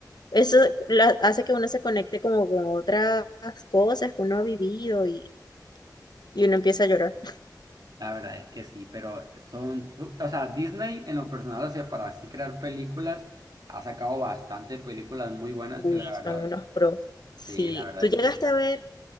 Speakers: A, on the left; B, on the right.
A: eso la- hace que uno se conecte como con otras cosas que uno ha vivido y, y uno empieza a llorar.
B: La verdad es que sí, pero son, o sea, Disney en lo personal, o sea, para así crear películas, ha sacado bastante películas muy buenas
A: Uy,
B: que la
A: son
B: verdad,
A: unos pros. Sí.
B: sí, la verdad
A: Tú
B: es
A: llegaste
B: que sí.
A: a ver